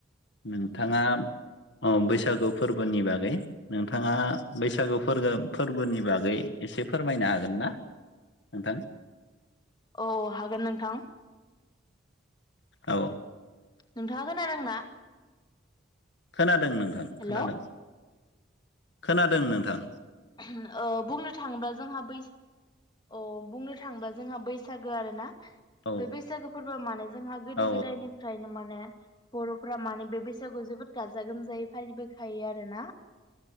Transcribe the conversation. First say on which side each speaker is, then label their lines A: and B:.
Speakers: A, on the left (about 65°); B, on the left (about 25°).
A: नोंथाङा अ बैसागो फोरबोनि बागै। नोंथाङा बैसागो फोरगो फोरबोनि बागै एसे फोरमायनो हागोन ना नोंथां?
B: औ हागोन नोंथां।
A: औ।
B: नोंथाङा खोनादोंना?
A: खोनादों नोंथां
B: हेल'
A: खोनादों। खोनादों
B: अ
A: नोंथां
B: ओ बुंनो थांङोबा जोंहा बै- अ बुंनो थाङोबा जोंहा बैसागो आरो ना?
A: औ
B: बे बैसागो फोरबोआ माने जोंहा गोदो
A: औ
B: गोदायनिफ्रायनो माने माने बरफोरा माने बे बैसागुखौ जोबोद गाजा गोमजायै फालिबोखायो आरोना।